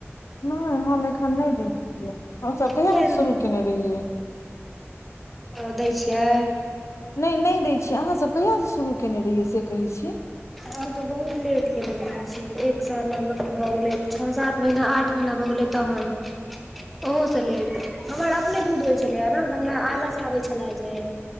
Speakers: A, on the left; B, in the centre.
A: नैय हम एखन नै दै छियै हम सब कहिया
B: किया
A: से
B: नै
A: शुरू केने रहियै।
B: ओ दै छियै?
A: नै- नै दै छियै आहाँसब कहियासँ शुरू केने रहियै से कहै छी?
B: आब तऽ बहुत लेट केने रहे से एक साल लगभग भऽ गेलै छ सात महीना आठ महीना भऽ गेलेै। तहन ओहोसँ लेट हमर अपने दूध होइ छेलै हे <unintelligible> हमरा आलस आबै छेल्ला जे।